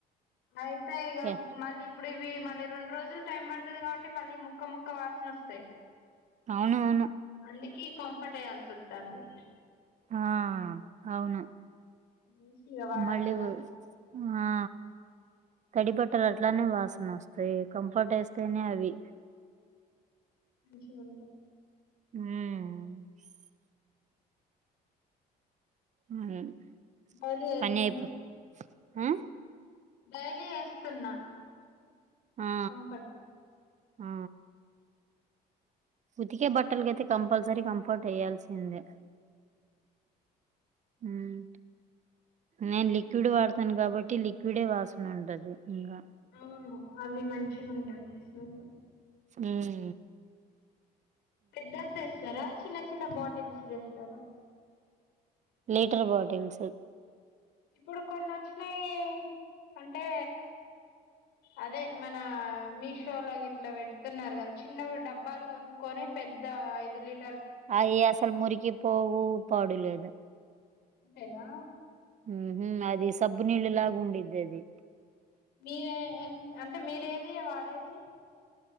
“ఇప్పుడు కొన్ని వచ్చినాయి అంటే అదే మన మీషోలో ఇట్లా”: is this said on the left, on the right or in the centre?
Left